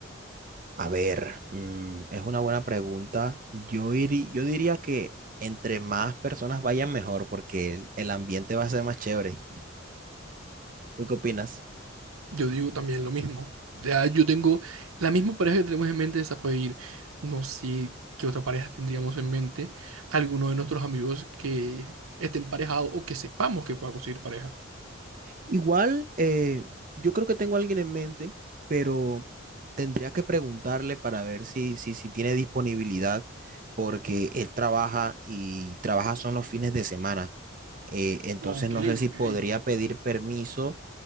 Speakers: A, on the right; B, on the right.
A: A ver, mm, es una buena pregunta. Yo, iri- yo diría que entre más personas vayan mejor porque el, el ambiente va a ser más chévere. ¿Tú qué opinas?
B: Yo digo también lo mismo. Ya yo tengo la misma pareja que tenemos en mente, esa puede ir. No sé qué otra pareja tendríamos en mente. Alguno de nuestros amigos que esté emparejado o que sepamos que pueda conseguir pareja.
A: Igual, eh, yo creo que tengo a alguien en mente, pero tendría que preguntarle para ver si, si, si tiene disponibilidad porque él trabaja y trabaja son los fines de semana. Eh, entonces
B: Ok,
A: no sé si
B: ok.
A: podría pedir permiso